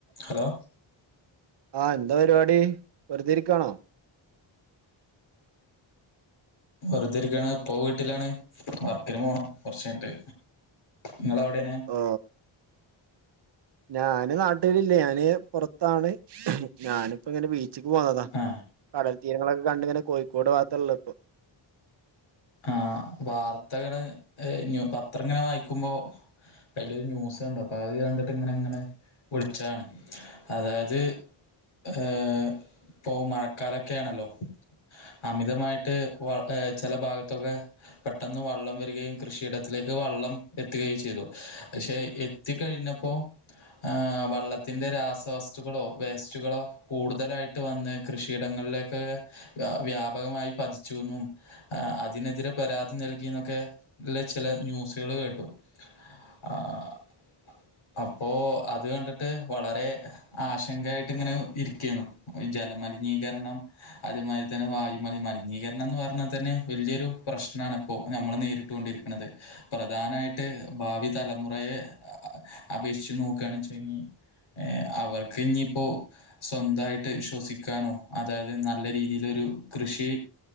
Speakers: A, on the left (about 75°); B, on the right (about 55°).
A: ഹലോ
B: ആഹ് എന്താ പരിപാടി വെറുതെ ഇരിക്കാണോ
A: വെറുതെ ഇരിക്കാണ് ഇപ്പോ വീട്ടിലാണ് വർക്കിന് പോണം കൊറച്ചഴിഞ്ഞിട്ട് നിങ്ങളെവടെന്ന്
B: ഓ ഞാന് നാട്ടിലില്ല ഞാന് പൊറത്താണ് ഞാനിപ്പോ ഇങ്ങനെ ബീ ച്ചിക്ക് പോന്നതാ
A: ആ
B: കടൽ തീരങ്ങളൊക്കെ കണ്ടിങ്ങനെ കോഴിക്കോട് ഭാഗത്തൊള്ള ഇപ്പോ
A: ആഹ് വാർത്തകള് ഏഹ് പത്രം ഇങ്ങനെ വായിക്കുമ്പോ അയിലൊരു ന്യൂസ് കണ്ടു അപ്പോ അത് കണ്ടിട്ട് ഇങ്ങനെ ഇങ്ങനെ വിളിച്ചാണ് അതാത് ഏഹ് ഇപ്പോ മഴക്കാലക്കെയാണല്ലോ അമിതമായിട്ട് വ ചെല ഭാഗത്തൊക്കെ പെട്ടെന്ന് വള്ളം വരികയും കൃഷിയിടത്തിലേ ക്ക് വള്ളം എത്തുകയും ചെയ്തു പഷേ എത്തിക്കഴിഞ്ഞപ്പോ ആഹ് വള്ളത്തിന്റെ രാസവസ്തുക്കളോ വേസ്റ്റുകളോ കൂടുതലായിട്ട് വന്ന് കൃഷിയിട ങ്ങളിലൊക്കെ വ്യാപകമായി പതിച്ചുന്നും അതിനെതിരെ പരാതി നൽകിന്നൊക്കെ ഇള്ള ചെലെ ന്യൂസുകള് കേട്ടു ആഹ്‌ അപ്പോ അത് കണ്ടിട്ട് വളരെ ആശങ്കായി ഇങ്ങനെ ഇരിക്കേന്നു അത് ജല മലിനീകരണം അത് മ ത്തെന്നെ വായുമലി മലിനീകരണം ന്ന് പറഞ്ഞത്തെന്നെ വെല്യോരു പ്രശ്നാണ് ഇപ്പോ നമ്മള് നേരിട്ടുകൊണ്ടിരിക്കുന്നത് പ്രധാനായിട്ട് ഭാവി തലമുറയെ അപേക്ഷിച്ച് നോക്കാണെ വച്ചങ്കി ഏ അവർക്ക് ഞ്ഞിപ്പോ സ്വന്തായിട്ട് ശ്വസിക്കാനോ അതായത് നല്ല രീതി യിലൊരു കൃഷി